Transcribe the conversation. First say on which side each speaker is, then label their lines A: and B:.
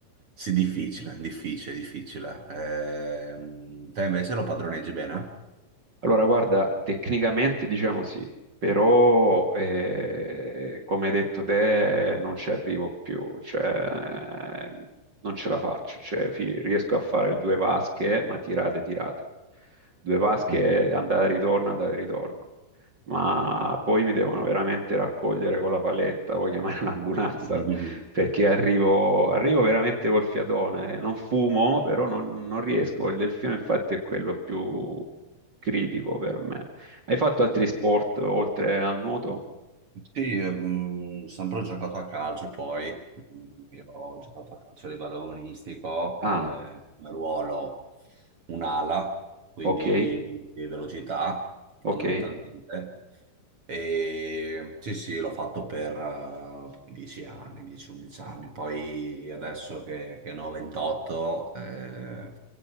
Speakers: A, on the right; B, on the right.
A: Sì, difficile, difficile, difficile. Ehm, te invece lo padroneggi bene?
B: Allora, guarda, tecnicamente diciamo sì, però eh, come hai detto te non ci arrivo più, cioè eh, non ce la faccio, cioè, fi- riesco a fare due vasche, ma tirate, tirate. Due vasche,
A: Mm.
B: andata e ritorno, andata e ritorno. ma poi mi devono veramente raccogliere con la paletta o chiamare <laughs> l'ambulanza
A: <laughs>
B: perché arrivo, arrivo veramente col fiatone. Non fumo, però non, non riesco. Il delfino, infatti, è quello più critico per me. Hai fatto altri sport oltre al nuoto?
A: Sì, eh, mh, ho sempre giocato a calcio, poi mh, io ho giocato a calcio a livello agonistico,
B: Ah,
A: eh, come ruolo un'ala, quindi
B: ok,
A: di velocità fondamentalmente.
B: ok,
A: E sì, sì, l'ho fatto per eh, 10 anni, 10-11 anni, poi adesso che, che ne ho 28, eh,